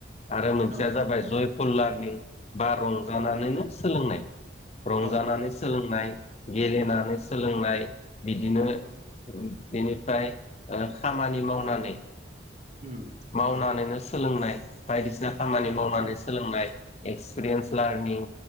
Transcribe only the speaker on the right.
औ
औ
औ
औ
उम
औ